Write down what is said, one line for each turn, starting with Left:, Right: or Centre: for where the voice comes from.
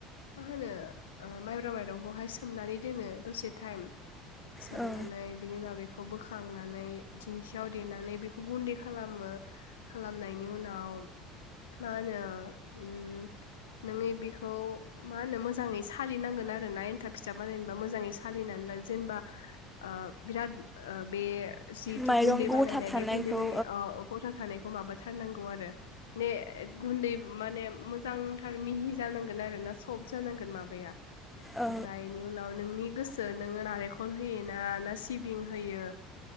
Left: मा होनो ओ माइब्रा माइरंखौहाय सोमनानै दोनो दसे टाइम। सोबनानै
Centre: औ
Left: बिनि उनाव बेख खौ बोखांनानै दिंखियाव देनानै बेखौ गुन्दै खालामो। खालामनायनि उनाव मा होनो उम नोंनि बेखौ। मा होनो मोजाङै सालिनांगोन आरो ना एन्थाब फिथा बानायेनबा मोजाङै सालिनानै लानो जेनेबा ओ बिराद बे जिथु
Centre: माइरं
Left: गुन्दै
Centre: गथा
Left: बानायनाय
Centre: थानायखौ
Left: बे गुन्दै बानाया औ गथा थानायख खौ माबाथारनांगौ आरो। ने गुन्दै माने मोजांथार मिहि जानांगोन आरोना। सब जानांगोन माबाया ओमफ्रायनि
Centre: औ
Left: उनाव नोंनि गोसो नोंङो नारेखल होयो ना सिबिं होयो